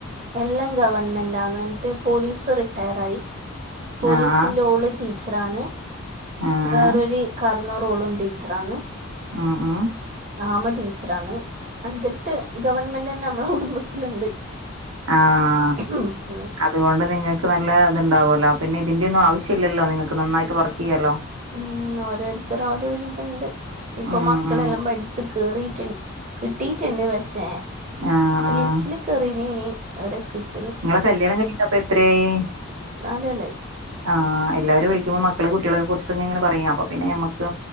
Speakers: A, on the right (about 35°); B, on the right (about 80°).
A: എല്ലാം ഗവൺമെന്റ്ാന്ന്ിട്ട് പോലീസ് റിട്ടയർായി പോലീസിന്റെ
B: ആ ആ
A: ഓള് ടീച്ചറാണ്
B: ആ
A: വേറൊരു-
B: ആ
A: അറുന്നൂറോളും ടീച്ചറന്ന്
B: ആഹ! ആഹ
A: ആമ ടീച്ചറ ആന്ന് അഞ്ചെട്ട് ഗവൺമെന്റ് തന്നെ നമ്മള കുടുംബത്തിലുണ്ട്
B: ആഹ
A: ഉം
B: അതുകൊണ്ട് നിങ്ങൾക്ക്- ന നല്ല ഇതുണ്ടാവകുമോ പിന്നെ ഇതി്റെ ഒന്നും ആവശ്യമില്ലല്ല നിങ്ങക്ക്ന്നായിട്ട് വർക്ക് ചെയ്യാലോ
A: ഉം ഓരോരുത്തർ ഓരോരി ഇതുണ്ട് ഇപ്പൊ
B: ഉം
A: മക്കളെല്ലാം
B: ഉം
A: പഠിച്ചി- കിട്ടട്ടുണ്ട് പക്ഷേ
B: ആ ആ
A: ലിസ്റ്റ അവിടെ കിട്ട-
B: നിങ്ങളെ കല്ല്യാണം കഴിട്ടപ്പൊ എത്രയായി?
A: നാല് കൊല്ലായി
B: ആഹ എല്ലാവും വിളിക്കുമ്പോൾ മക്കള് കുട്ടികളക്കെ കുറിച്ചു ഇങ്ങനെ പറയാ അപ്പ പിന്നെ നമക്ക്